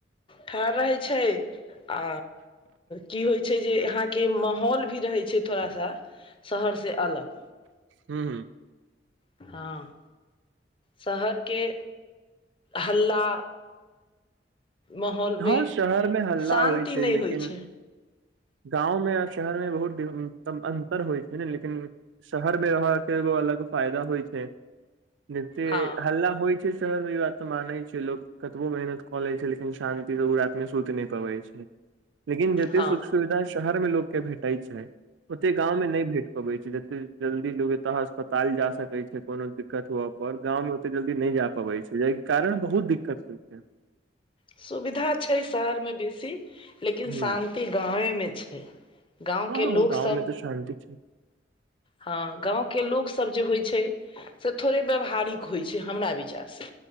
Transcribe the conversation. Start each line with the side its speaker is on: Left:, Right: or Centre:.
Left: ठाढ़ रहैय छैय आ की होइ छैय जे अहाँके माहौल भी रहैय छैय थोड़ा सा शहर से अलग।
Right: हू।
Left: हँ। शहरके हल्ला माहौल
Right: हँ
Left: मे
Right: शहरमे हल्ला
Left: शान्ति
Right: होइ छैय
Left: नहि
Right: लेकिन
Left: होइ छै
Right: गाँवमे आ शहरमे बहुत अन्तर होइ छैय ने लेकिन शहरमे रहऽके एगो अलग फायदा होइ छैय। नहिते
Left: हँ
Right: हल्ला होइ छैय शहरमे इ बात त मानय छैय लोक कतबो मेहनत कऽ लय छैय लेकिन <unintelligible> सुति नय पबय छैय, लेकिन जेते
Left: हँ
Right: सुख सुविधा शहरमे लोकके भेटैय छैय ओते गाममे नहि भेट पबय छैय जते जल्दी लोग एतय हस्पताल जा सकय छैय कोनो दिक्कत हुअ पर गाँंवमे ओते जल्दी नय जा पबैय छैय यही कारण बहुत दिक्कत होइ छैय।
Left: सुविधा छैय शहरमे बेसी लेकिन
Right: ह
Left: शान्ति गावेमे छैय। गाँवके
Right: हँ
Left: लोकसब
Right: गाँव में तऽ शान्ति छै
Left: हाँ गाँवके लोकसब जे होइ छैय से थोड़े व्यवहारिक होइ छैय हमरा विचार से,